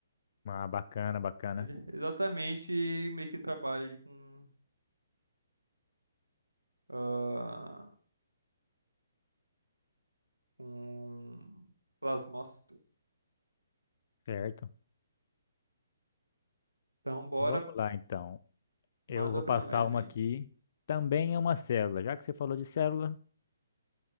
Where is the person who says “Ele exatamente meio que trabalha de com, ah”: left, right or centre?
Right